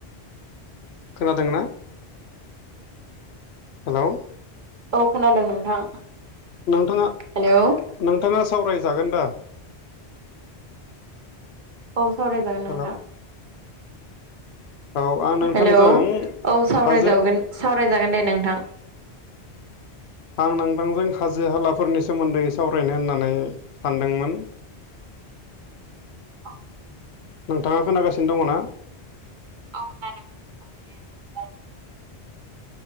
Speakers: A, on the left (about 75°); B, on the right (about 55°).
A: खोनादोंना हेल'?
B: औ खोनादों नोंथां।
A: नोंथाङा
B: हेलौ औ
A: नोंथाङा सावरायजागोन दा?
B: औ सावरायजागोन नोंथां।
A: हेलौ औ आं नोंथांजों
B: हेलौ औ सावरायजावगोन
A: हाजो
B: सावरायजागोन दे नोंथां।
A: आं नोंथांजों हाजो हालाफोरनि सोमोन्दै सावरायनो होननानै सानदोंमोन।
B: औ
A: नोंथाङा खोनागासिनो दङ' ना?
B: औ खोनादों। नोंथां दे बुं।